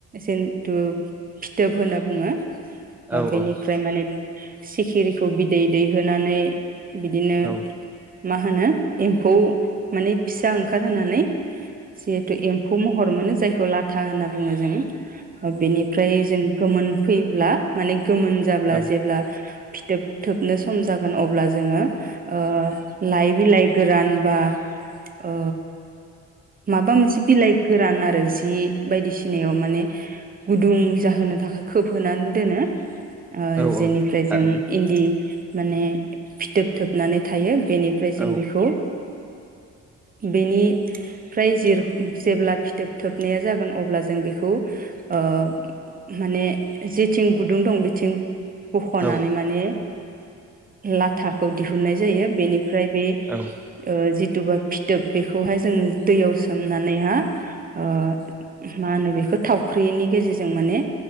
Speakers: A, on the right (about 30°); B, in the centre.
A: जिन्थु फिथोब होनना बुङो।
B: औ
A: ओ बेनिफ्राय
B: औ
A: माने सिखिरिखौ बिदै दैहोनानै बिदिनो
B: औ
A: मा होनो एम्फौ माने फिसा ओंखारहोनानै जिहेथु एम्फौ महर मोनो जायखौ लाथ था होननाबो बुङो जों बेनिफ्राय जों गोमोन फैब्ला माने गोमोन जाब्ला
B: औ
A: जेब्ला फिथोब थोबनो सम जागोन अब अब्ला जोङो ओ लाय‌ बिलाय गोरान बा ओ माबा मोनसे बिलाइ गोरान आरो जि बायदिसिनायाव माने गुदुं जाहोनो थाखाय खोबहोनानै दोनो। ओ
B: औ औ
A: जेनिफ्राय
B: थारैनो
A: जों इन्दि माने फिथोब थोबनानै थायो बेनिफ्राय जों
B: औ
A: बिखौ बेनिफ्राय जिर जेब्ला फिथोब थोबनाया जागोन अब्ला जों बेखौ ओ माने जिद थिं गुदुं दं बिथिं बखनानै
B: औ
A: माने लाथाखौ दि दिहुननाय जायो बेनिफ फ्राय बे
B: औ
A: ओ जिथुबा फिथ फिथोब बेखौहाय जों दैयाव सोमनानैहा ओ मा होनो बेखौ थावख्रिनि गेजेरजों माने